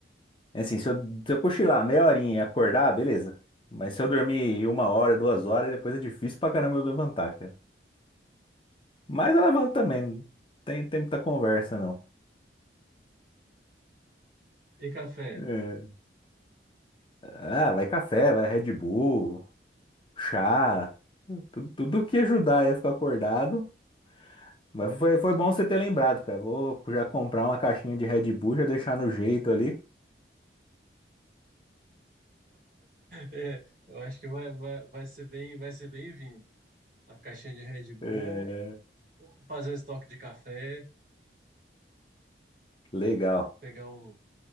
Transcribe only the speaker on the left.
É assim, se eu, se eu cochilar meia horinha e acordar, beleza. Mas se eu dormir uma hora, duas horas, depois é difícil pra caramba eu levantar, cara. Mas eu levanto também, não tem tempo da conversa, não.
É,
Ah, vai café, vai Red Bull, chá, tudo, tudo que ajudar aí a ficar acordado. Mas foi, foi bom você ter lembrado, cara. Vou já comprar uma caixinha de Red Bull, já deixar no jeito ali.
É,
legal.